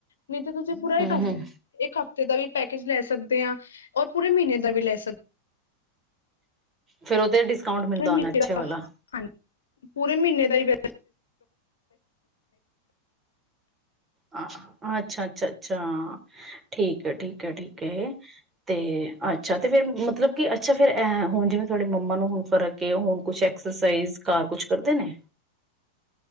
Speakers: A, on the left (about 65°); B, on the right (about 20°).
A: ਨਹੀਂ ਤੇ ਪੂਰਾ
B: ਹੂੰ
A: ਇੱਕ ਹਫ
B: ਹੂੰ
A: ਇੱਕ ਹਫ ਦਾ ਵੀ ਪੈਕਜ ਲੈ ਸਕਦੇ ਆ ਔਰ ਪੂਰੇ ਮਹੀਨੇ ਦਾ ਵੀ ਲੈ ਸਕਦੇ
B: ਫਿਰ ਉਹ ਤੇ ਡਿਸਕਾਊਂਟ ਮਿਲਦਾ
A: ਪੂਰੇ ਮਹੀਨੇ
B: ਹੁਣਾ ਅੱਛੇ ਵਾਲਾ।
A: ਹਾਂਜੀ ਪੂਰੇ ਮਹੀਨੇ ਦਾ ਈ <inaudible>
B: ਹਾਂ ਅੱਛਾ ਅੱਛਾ ਅੱਛਾ ਹਾਂ ਠੀਕ ਆ ਠੀਕ ਆ ਠੀਕ ਆ ਤੇ ਅੱਛਾ ਤੇ ਫਿਰ ਮਤਲਬ ਕੀ ਅੱਛਾ ਫਿਰ ਹੁਣ ਜਿਵੇ ਤੁਹਾਡੇ ਮੰਮਾ ਨੂੰ ਹੁਣ ਫਰਕ ਐ ਹੁਣ ਕੁਛ ਐਕਸਰਸਾਈਜ਼ ਘਰ ਕੁਛ ਕਰਦੇ ਨੇ?